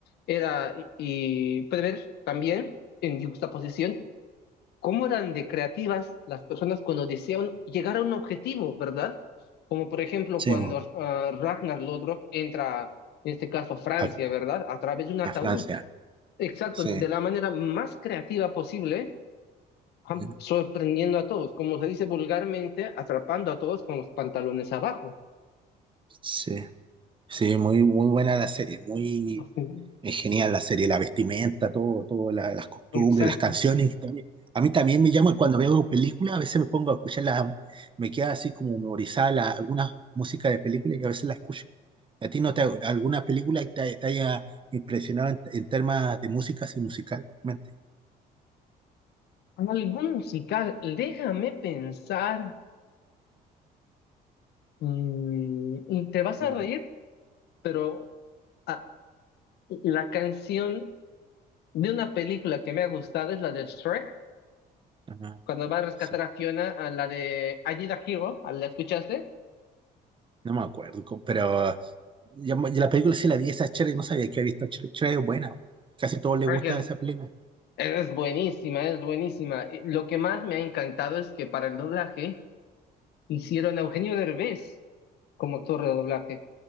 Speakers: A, on the left; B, on the right.
A: Era y, y prever también en juxtaposición cómo eran de creativas las personas cuando deseaban llegar a un objetivo, ¿verdad? Como por ejemplo
B: Sí,
A: cuando
B: bo,
A: ah, Ragnar Lodbrok entra, en este caso a Francia,
B: a,
A: ¿verdad? A través de un ataúd.
B: a Francia.
A: Exacto,
B: Sí,
A: de de la manera más creativa posible, ah,
B: Mm.
A: sorprendiendo a todos, como se dice vulgarmente, atrapando a todos con los pantalones abajo.
B: sí, sí, muy, muy buena la serie. Muy,
A: Ujú,
B: Es genial la serie, la vestimenta, todo, todo la- las costumbres,
A: Exacto.
B: las canciones. También. A mí también me llama cuando veo películas, a veces me pongo a escucharlas, me queda así como memorizada la- alguna música de película y a veces la escucho. ¿A ti no te alguna película que te, te haya impresionado en, en temas de música, así musicalmente?
A: ¿Algún musical? Déjame pensar. Mm, y te vas a
B: Mm,
A: reír, pero ah, la canción de una película que me ha gustado es la de Shrek,
B: ajá.
A: cuando va a rescatar
B: Sí,
A: a Fiona, a la de I Need a Hero, ¿a ¿la escuchaste?
B: no me acuerdo, co- pero ya mo- ya la película sí la vi, esa Cher, no sabía que había visto Cher, Cher es buena, casi todos les
A: Shrek
B: gusta
A: es,
B: esa película.
A: es buenísima, es buenísima. Y Lo que más me ha encantado es que para el doblaje hicieron a Eugenio Derbez como actor de doblaje.